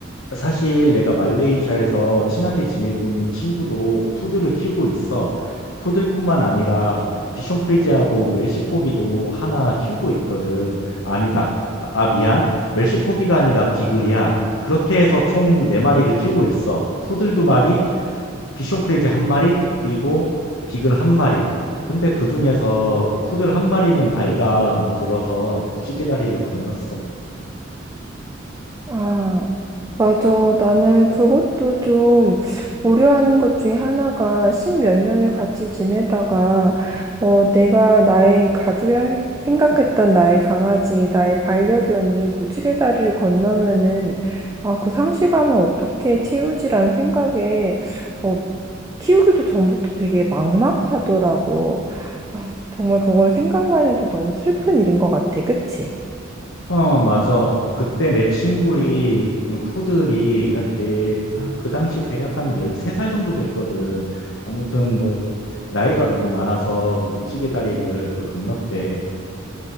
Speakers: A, on the left (about 80°); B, on the right (about 15°).
A: 사실 내가 말레이시아에서 친하게 지내고 있는 친구도 푸드를 키우고 있어. 푸들뿐만 아니라 비숑크리지하고 웰시코기도 하나 키우고 있거든. 아니다. 아, 아, 미안. 웰시코기가 아니라 비글이야. 그렇게 해서 총 네마리를 키우고 있어. 푸들 두마리 비숑 프리즈 한 마리, 그리고 비글 한 마리. 근데 그 중에서 그 푸들 한 마리는 나이가 너무 들어서 무지개 다리를 건넜어.
B: 아, 맞아. 나는 그것도 좀 고려한 것 중에 하나가 십몇 년을 같이 지내다가 어, 내가 나의 가족이라 생각했던 나의 강아지, 나의 반려견이 무지개 다리를 건너면은 아, 그 상실감을 어떻게 채우지라는 생각에 어, 키우기도 전부터 되게 막막하더라고. 아, 정말 그건 생각만 해도 너무 슬픈 일인 것 같아. 그치?
A: 어, 맞아. 그때 내 친구의 그 푸들이 그냥 대, 아, 그 당시 대략 한 13살 정도 됐거든. 아무튼 뭐 나이가 너무 많아서 그 무지개 다리를 그 건넜대.